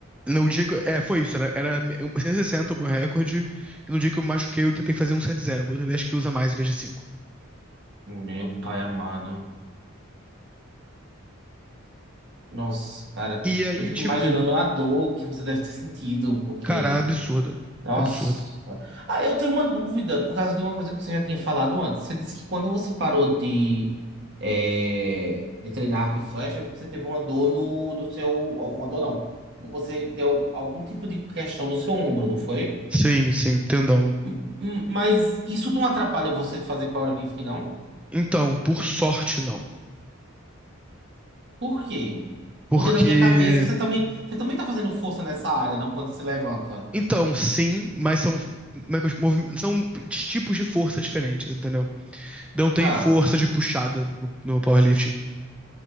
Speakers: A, in the centre; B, on the right.
A: no dia que. eu- É, foi isso. Era, era 160 o meu recorde. E no dia que eu me machuquei, eu tentei fazer um 170. Eu botei dez quilos a mais em vez de 5.
B: Uhum. Meu pai amado. Nossa, cara,
A: E aí,
B: eu fico
A: tipo,
B: imaginando a dor que você deve ter sentido, porque.
A: cara, absurda.
B: Nossa.
A: Absurda.
B: Ah, eu tenho uma dúvida por causa de uma coisa que você já tinha falado antes. Você disse que quando você parou de, é, de treinar arco e flecha, você teve uma dor no, no seu. Uma dor não. Você deu algum tipo de questão no seu ombro, não foi?
A: Sim, sim, tendão.
B: Hum, hum, Mas isso não atrapalha você de fazer powerlifting, não?
A: Então, por sorte, não.
B: Por quê?
A: Porque.
B: Porque na minha cabeça você também, você também tá fazendo força nessa área, não? Quando se levanta.
A: Então, sim, mas são. Como é que eu, movi- são tipos de força diferentes, entendeu? Não tem
B: Tá.
A: força de puxada no, no powerlifting.